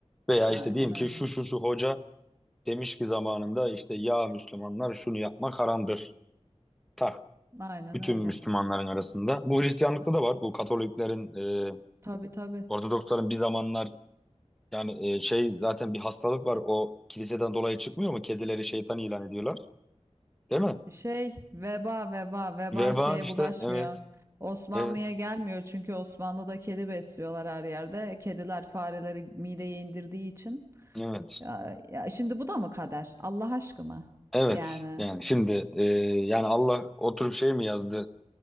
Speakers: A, in the centre; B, on the right.
A: Veya
B: Aynen
A: işte diyeyim
B: öyle.
A: ki şu şu şu hoca demiş ki zamanında işte ya Müslümanlar şunu yapmak haramdır. Tak.
B: Aynen
A: Bütün
B: öyle.
A: Müslümanların arasında. Bu Hristiyanlıkta da var. Bu Katoliklerin, e,
B: Tabii tabii.
A: Ortodoksların bir zamanlar Yani e, şey zaten bir hastalık var o kiliseden dolayı çıkmıyor mu? Kedileri şeytan ilan ediyorlar. Değil mi?
B: Şey veba veba veba
A: Veba
B: şeye
A: işte
B: bulaşmıyor.
A: evet
B: Osmanlı'ya
A: evet
B: gelmiyor çünkü Osmanlı'da kedi besliyorlar her yerde. Kediler fareleri mideye indirdiği için.
A: evet
B: Ya, ya şimdi bu da mı kader? Allah aşkına.
A: evet
B: Yani
A: yani şimdi e, yani Allah oturup şey mi yazdı